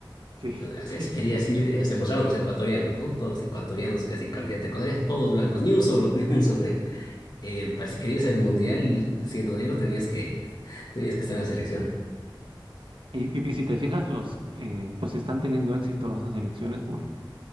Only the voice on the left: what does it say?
O sea,
si querías
ir, eh, se mostraban los ecuatorianos, ¿no? Todos los ecuatorianos casi así camiseta ecuatoriana, todos blancos, ni un solo, <laughs> ni un solo negro. Eh, para si querías ir al mundial siendo negro tenías que, tenías que estar en la selección.